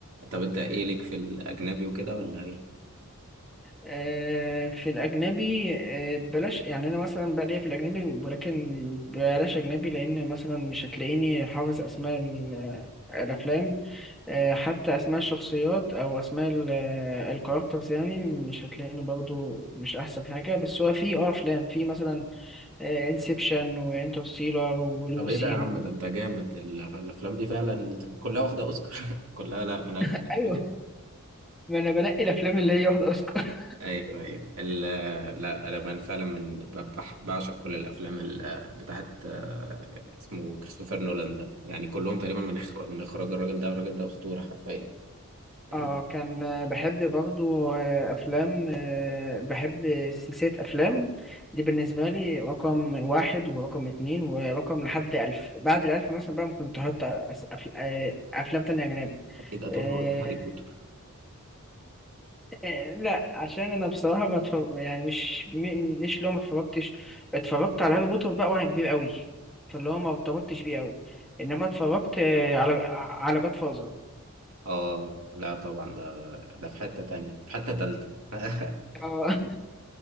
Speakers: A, on the right; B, in the centre.
A: طب انت ايه ليك في الاجنبي وكده ولا ايه؟
B: آه، في الأجنبي آه، بلاش يعني أنا مثلا بقى ليا في الأجنبي ولكن بلاش أجنبي لأن مثلا مش هتلاقيني حافظ أسماء ال- آه، الأفلام آه، حتى أسماء الشخصيات أو أسماء ال- الكاركترز يعني مش هتلاقيني برضو مش أحسن حاجة بس هو في أه أفلام في مثلا انسبشن وانترستيلر ولوسي
A: طب ايه ده يا عم
B: و...
A: ده انت جامد ال- الافلام دي فعلا كلها واخده اوسكار <laughs> كلها لا من اجمل
B: <laughs>
A: الافلام
B: أيوه ما أنا بنقي الأفلام اللي هي واخدة أوسكار
A: ايوه ايوه ال- لا انا من فعلا من ب- بح- بعشق كل الافلام ال- بتاعت آه، اسمه كريستوفر نولان ده يعني كلهم تقريبا من إخر- من اخراج الراجل ده الراجل ده اسطوره حرفيا
B: اه
A: يعني
B: كان آه، بحب برضو آه، افلام آه، بحب سلسلة افلام دي بالنسبة لي رقم واحد ورقم اتنين ورقم لحد الف بعد الالف مثلا بقى ممكن تحط أس- أف- آه، افلام تانية اجنبي
A: اكيد قتل
B: آه،
A: هار- هاري بوتر
B: آه، لا عشان انا بصراحة ما اتفرج يعني مش م- مش لو ما اتفرجتش اتفرجت على هاري بوتر بقى وانا كبير قوي فاللي هو ما ارتبطتش بيه قوي انما اتفرجت آه، على على جاد فازر
A: اه لا طبعا ده ده في حته تانية في حته تالتة <laughs>
B: <laughs>